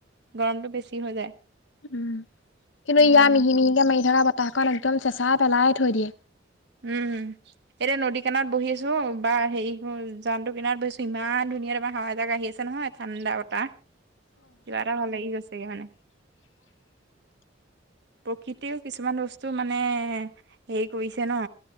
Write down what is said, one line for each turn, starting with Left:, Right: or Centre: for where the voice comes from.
Right: গৰমতটো বেছি হৈ যায়।
Left: উ'ম, কিন্তু
Right: উম
Left: ইয়াৰ মিহি মিহিকে মাৰি থকা বতাহখন একদম চেঁচাই পেলাই থৈ দিয়ে।
Right: উ'ম, হম এতিয়া নদী কানত বহিছো বা হেৰি জানু কিনাত বহিছো ইমান ধুনীয়া তোমাৰ সহায় এজাক আহি আছে নহয়। ঠাণ্ডা বতাহ কিবা এটা হ'লে কিবা গৈছেগে মানে।
Left: <unintelligible>
Right: প্ৰকৃতিও কিছুমান বস্তু মানে হেৰি কৰিছে। ন